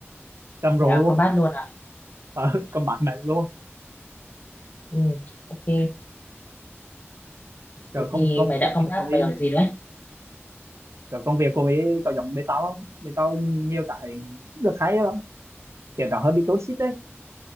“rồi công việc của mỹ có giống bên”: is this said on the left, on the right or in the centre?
Right